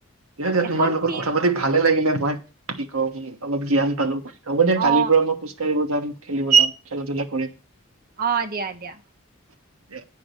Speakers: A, on the right; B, on the right.
A: দিয়া দিয়া
B: এখন
A: তোমাৰ লগত
B: ফিল্ড
A: কথা পাতি ভালে লাগিলে, মই কি কওঁ কি অলপ জ্ঞান পালো। হ'ব দে
B: অ
A: কালিৰ পৰা মই খোজকাঢ়িব যাম, খেলিব যাম। খেলা-ধূলা কৰিম।
B: অ', দিয়া দিয়া।
A: দিয়া